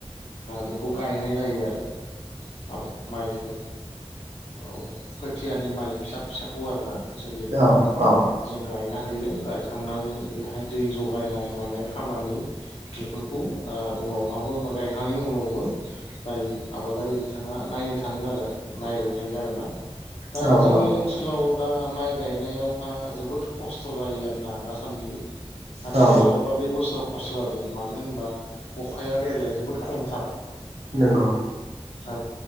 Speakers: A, on the left; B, on the right.
A: बेखौ गायनाय जायो आरो माबा माइखौ औ खोथियानि माइ फिसा फिसाखौ आरोना जोलैखौ
B: औ औ
A: जों गायना गायो गायखांनानैहाय दै जायनाय मानाय खामानि बेफोरखौ उनाव औ गायखांनायनि उनावबो गाय आबादारि बिथाङा नायनो थाङो आरो नायबाय थायो आरोना दा
B: औ
A: जोंनि
B: औ
A: ओनसोलाव, दा माइ गायनायावहा जोबोद खस्थ' जायो आरोना खान्दि आथिखालावबा
B: औ
A: बे बोसोराव खस्थ' जादों मानो होनबा अखाया देग्लाय जोबोद खमथार
B: नंगौ
A: औ